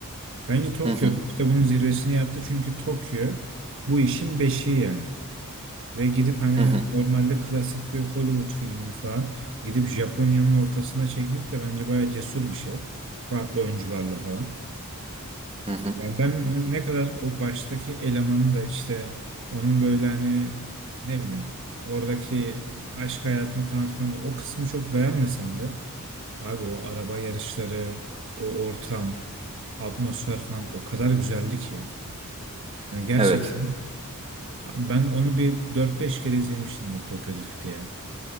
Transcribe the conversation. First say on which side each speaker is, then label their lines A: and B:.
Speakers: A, on the right; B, on the right.
A: Bence Tokyo
B: Hı hı,
A: işte bunun zirvesini yaptı çünkü Tokyo bu işin beşiği yani. Ve gidip hani
B: hı hı,
A: normalde klasik bir Hollywood filmini falan gidip Japonya'nın ortasına çekmek de bence bayağı cesur bir şey. Farklı oyuncularla falan.
B: hı hı.
A: Yani ben ne ne kadar o baştaki elemanın da işte onun böyle hani ne bileyim oradaki aşk hayatını falan filan da o kısmı çok beğenmesem de abi o araba yarışları, o ortam, atmosfer falan o kadar güzeldi ki. Yani gerçekten
B: Evet,
A: ben onu bir dört beş kere izlemişimdir Tokyo Drift diye.